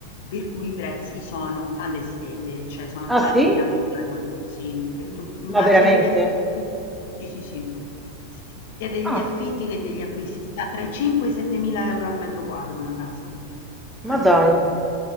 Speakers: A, on the left; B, in the centre.
A: per cui i prezzi sono alle stelle, cioè sono
B: Ah
A: più
B: sì?
A: alti che a Milano, sì, per
B: Mm.
A: tu- ma
B: Ma veramente?
A: sia degli affitti, sì, sì, sì, sia degli
B: Ah,
A: affitti che degli acquisti, sta tra i 5 e i 7 mila euro al metro quadro una casa a
B: ma
A: Lisbona.
B: dai.